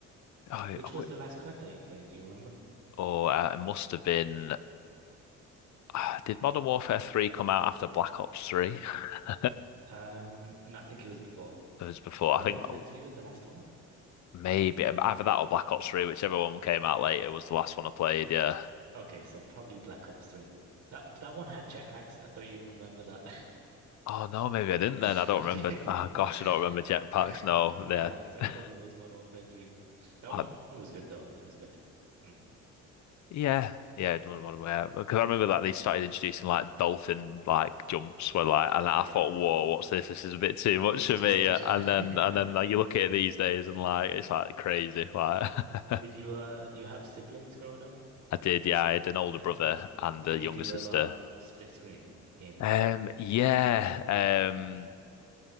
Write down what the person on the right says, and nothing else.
Which
was the last card that you played? Do you remember?
Um, no, I think it was before.
Modern
Warfare
3 was the last one?
Oh,
okay, so probably Black Ops 3. That that one had jetpacks. I thought you'd remember that.
<laughs>
Okay.
<laughs>
Yeah,
so
it probably was Modern Warfare 3. That
one was good though. It was good. Mm.
Yeah.
It was
too
much.
Uh,
<laughs> yeah.
Yeah.
Did you uh you have siblings growing up?
So,
um,
did
you do
a lot of split screen gaming?
Mm.